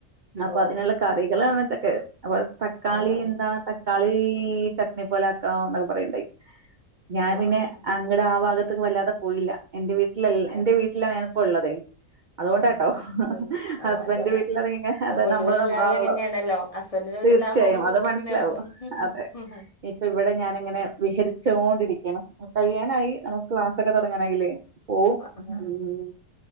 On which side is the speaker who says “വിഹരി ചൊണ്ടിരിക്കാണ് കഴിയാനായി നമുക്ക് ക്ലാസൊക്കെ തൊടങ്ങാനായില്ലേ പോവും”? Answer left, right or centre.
Right